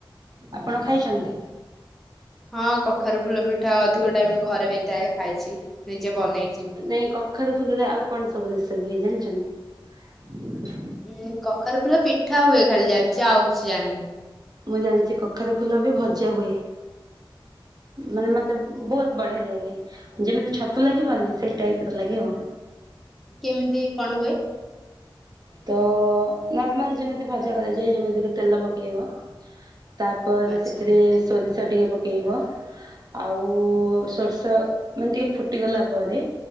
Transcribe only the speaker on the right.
ଆପଣ ଖାଇଛନ୍ତି?
ନାଇଁ କଖାରୁ ଫୁଲରେ ଆଉ କଣ ସବୁ ଜିନିଷ ହୁଏ ଜାଣି ଚିନି
ମୁଁ ଜାଣିଛି କଖାରୁ ଫୁଲ ବି ଭଜା ହୁଏ। ମାନେ ମତେ ବହୁତ ବଢ଼ିଆ ଲାଗେ। ଯେମିତି ଛତୁ ଲାଗିବନି ସେଇ ଟାଇପ ର ଲାଗେ
ତ ନର୍ମାଲ ଯେମିତି ଭଜା କରାଯାଏ ଯେମିତି କି ତେଲ ପକେଇବ ତାପରେ
ସେଥିରେ ସୋ ଚର୍ ଟିକେ ପକାଇବ ଆଉ ସୋର୍ଷ ମାନେ ଟିକେ ଫୁଟିଗଲା ପରେ